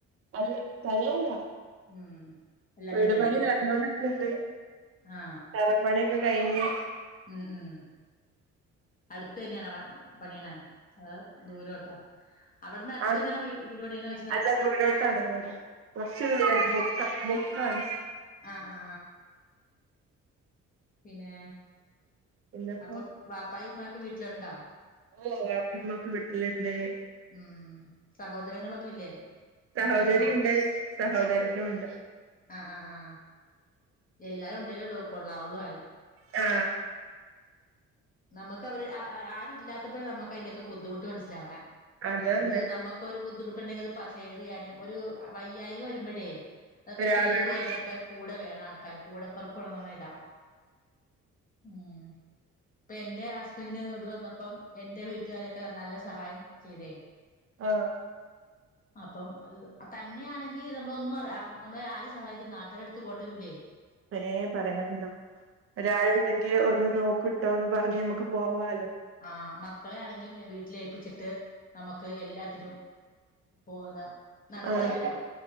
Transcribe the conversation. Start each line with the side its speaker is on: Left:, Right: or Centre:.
Right: അല്ല തനിയെ അല്ല
Left: ഉം എല്ലാരും
Right: വീട്
Left: ഉണ്ടായിരിക്കും
Right: പണി നടന്നോണ്ട്‌ക്ക്ണ്ട്‌
Left: ആ
Right: തറപ്പണിയൊക്കെ കഴിഞ്ഞ്
Left: ഉം ഉം അടുത്ത് തന്നെയാണോ പണിയണേ ആ ദൂരോട്ടാ അവിടുന്ന് അടുത്ത്
Right: ആട
Left: തന്നെയാണ് വീ വീട് പണിയണന്ന് ചോദിച്ചതാ
Right: അല്ലദൂരോട്ടാണ് ദൂരം കുറച്ച് ദൂരം മുക്കാ ആണ്
Left: ആ ആ പിന്നേ
Right: പിന്നെപ്പോ
Left: അപ്പൊ വാപ്പായും ഉമ്മായൊക്കെ വീട്ടിലുണ്ടോ
Right: ഓ വാപ്പിമ്മക്ക് വിട്ടില്ണ്ട്
Left: ഉം സഹോദരങ്ങളൊന്നുംല്ലേ
Right: സഹോദരി
Left: ഒറ്റയ്ക്കാണോ
Right: ഉണ്ട് സഹോദരനും ഉണ്ട്
Left: ആ ആ ആ എല്ലാരും ഉണ്ടിലള്ളൂ കൊള്ളാവൊള്ളൂ ആരും
Right: ആ
Left: നമക്ക് അവര് അ ആ ആരും ഇല്ലാത്തപ്പോഴ നമക്ക് അതിന്റെക്കെ ബുദ്ധിമുട്ട് മനസ്സിലാവണേ
Right: അതന്നെ
Left: ഒരു നമുക്കൊരു ബുദ്ധിമുട്ടുണ്ടെങ്കിൽ അത് പ ഷെയർയ്യാനും ഒരു വയ്യായിക വരുമ്പോഴേ അതൊക്കെ
Right: ഒരാളുണ്ട്
Left: ഷെയറിയാനൊക്കെ കൂടെ വേണം ആൾക്കാർ കൂടെപ്പറപ്പ് വേണന്ന് പറയണത് ഇതാ ഉം ഇപ്പൊ എന്റെ ഹസ്ബൻറിന്റെ ഇത് വന്നപ്പം എൻറെ വീട്ടുകാരൊക്കെ നല്ല സഹായം ചെയ്തേ
Right: ആ
Left: അപ്പം ഇ തന്നെയാണെങ്കി നമ്മളൊന്നും അറിയ നമ്മളെ ആരു സഹായിക്കും നാട്ടുകരെടുത്ത് പോണ്ടി വരൂല്ലേ
Right: ഏ പറയാണ്ടോ ഒരാൾണ്ടെങ്കി ഒന്ന് നോക്ക്ട്ടോന്ന് പറഞ്ഞ ഞ് നമ്മക്ക് പോവാലോ
Left: ആ മക്കളെ ആണെങ്കിലും വീട്ടിലേൽപ്പിച്ചിട്ട് നമ്മക്ക് എല്ലാത്തിനും പോന്ന നടക്കാവല്ലോ
Right: ആഹ്